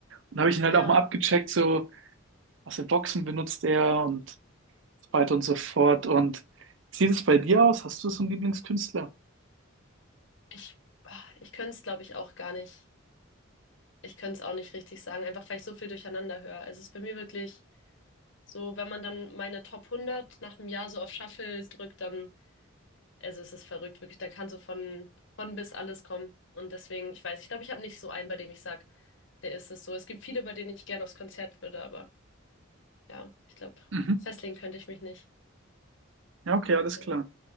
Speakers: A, on the right; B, on the left.
A: Und habe ich ihn halt
B: Ja,
A: auch mal abgecheckt, so, was für Boxen benutzt er und so weiter und so fort. Und wie sieht es bei dir aus? Hast du so einen Lieblingskünstler?
B: ich, ah, ich könnte es, glaube ich, auch gar nicht. Ich könnte es auch nicht richtig sagen, einfach weil ich so viel durcheinander höre. Also es ist bei mir wirklich so, wenn man dann meine Top 100 nach einem Jahr so auf Shuffle drückt, dann Also es ist verrückt, wirklich. Da kann so von, von bis alles kommen. Und deswegen, ich weiß, ich glaube, ich habe nicht so einen, bei dem ich sage, der ist es so. Es gibt viele, bei denen ich gerne aufs Konzert würde, aber ja, ich glaube,
A: Mhm.
B: festlegen könnte ich mich nicht.
A: Ja, okay, alles
B: Ja.
A: klar.